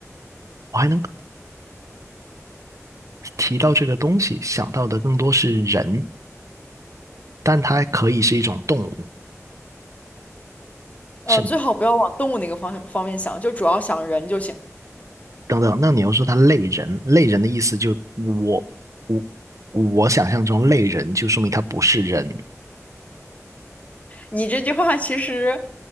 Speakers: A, on the right; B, on the left.
A: 我还能提到这个东西，想到的更多是人，但它可以是一种动物，
B: 呃，
A: 是吗？
B: 最好不要往动物那个方向方面想，就主要想人就行。
A: 等等，那你又说他类人，类人的意思就我我我想象中类人就说明他不是人，
B: 你这句话其实